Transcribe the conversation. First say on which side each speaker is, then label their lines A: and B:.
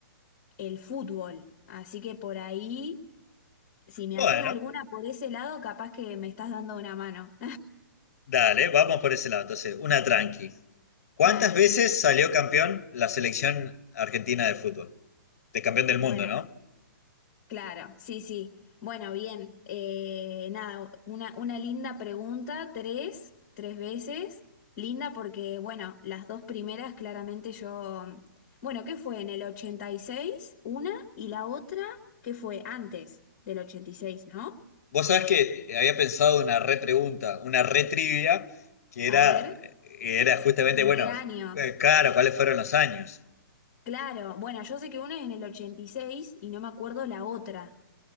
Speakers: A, on the left (about 25°); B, on the left (about 50°).
A: el fútbol. Así que por ahí, si me
B: Bueno,
A: haces alguna por ese lado, capaz que me estás dando una mano.
B: dale, vamos por ese lado. Entonces, una tranqui. ¿Cuántas
A: <laughs> Dale.
B: veces salió campeón la selección argentina de fútbol? De campeón del mundo,
A: Bueno.
B: ¿no?
A: Claro, sí, sí. Bueno, bien. Eh, nada, una, una linda pregunta, tres, tres veces. Linda porque, bueno, las dos primeras claramente yo... Bueno, ¿qué fue? En el 86 una, y la otra, ¿qué fue? Antes del 86, ¿no?
B: Vos sabés que había pensado una repregunta, una retrivia, que
A: A
B: era,
A: ver,
B: era justamente,
A: ¿en
B: bueno,
A: qué años?
B: eh, claro, ¿cuáles fueron los años?
A: Claro, bueno, yo sé que una es en el 86 y seis y no me acuerdo la otra.